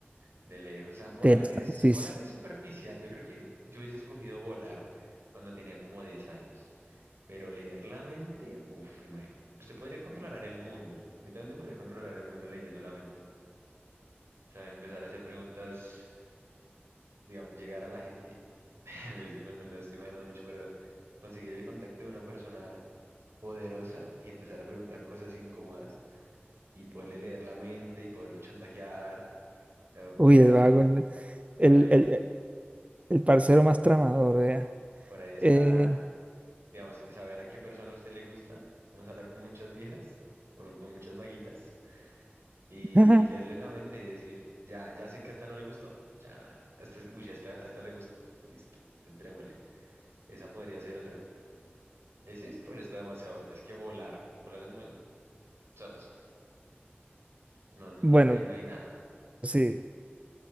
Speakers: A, on the right; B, on the right.
A: De lejos, o sea, volar
B: te
A: es,
B: dice.
A: volar es superficial. Yo creo que yo hubiese escogido volar cuando tenía como 10 años. Pero leer la mente, uff, imagínate. Usted podría controlar el mundo. Literalmente podría controlar el mundo leyendo la mente. O sea, empezar a hacer preguntas, digamos, llegar a la gente. <laughs> Es que me, me lo estoy imaginando mucho, pero conseguir el contacto de una persona poderosa y empezar a preguntar cosas incómodas y poderle leer la mente y poderlo chantajear. O sea,
B: Uy,
A: Por
B: el
A: ahí,
B: vago, el,
A: por
B: el,
A: ahí,
B: el- el parcero más tramador, vea.
A: por ahí está.
B: Eh,
A: digamos, saber a qué persona a usted le gusta. Vamos a hablar con muchas viejas, con, con muchas vaguitas, y,
B: <laughs>
A: y leerle la mente y decir, ya, ya sé que a esta no le gustó, ya, hasta, uy, hasta, hasta le gustó, listo, entrémosle. Esa podría ser otra. ese Es sí, pero está demasiado, es que volar, volar es muy, ¿sabes? No, no,
B: bueno,
A: ahí no hay nada.
B: sí,